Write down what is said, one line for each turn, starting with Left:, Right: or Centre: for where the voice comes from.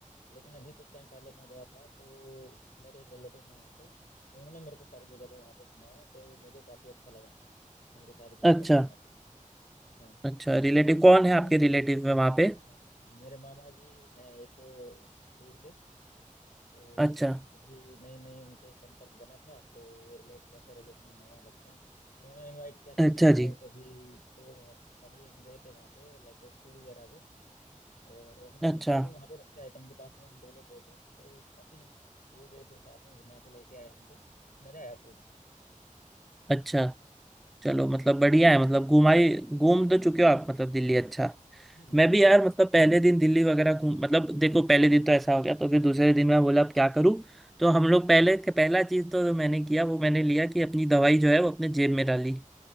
Left: लेकिन अभी कुछ टाइम पहले मैं गया था तो मेरे एक रिलेटिव हैं वहाँ पे उन्होंने मेरे को सारी जगह पे वहाँ पे घुमाया तो मुझे काफ़ी अच्छा लगा उनके साथ घूम
Centre: अच्छा
Left: करके वहाँ पे हाँ
Centre: अच्छा
Left: तो
Centre: रिलेटिव
Left: हम
Centre: कौन
Left: दो तीन
Centre: है आपके
Left: दिन
Centre: रिलेटिव में वहाँ पे
Left: अ, मेरे मामा जी हैं एक दूर के तो
Centre: अच्छा
Left: अभी नई नई उनसे संपर्क बना था तो रिले वैसे रिलेशन में मामा लगते हैं तो उन्होंने इनवाइट किया था कि
Centre: अच्छा
Left: आप आओ
Centre: जी
Left: कभी तो अभी हम गए थे वहाँ पे लगभग टू ईयर अगो और हम
Centre: अच्छा
Left: तीन चार दिन वहाँ पे रुक के आए थे उनके पास में हम दो लोग गए थे तो काफी वो गए फिर साथ में घुमा के लेके आए हमको मजा आया खूब
Centre: अच्छा चलो मतलब बढ़िया है मतलब घुमाई घूम तो चुके
Left: हाँ
Centre: हो आप मतलब दिल्ली अच्छा
Left: हम्म
Centre: मैं भी यार मतलब पहले दिन दिल्ली वगैरह घूम मतलब देखो पहले दिन तो ऐसा हो गया तो फिर दूसरे दिन मैं बोला अब क्या करूँ तो हम लोग पहले पहला चीज तो जो मैंने किया वो मैंने लिया कि अपनी दवाई जो है वो अपने जेब में डाली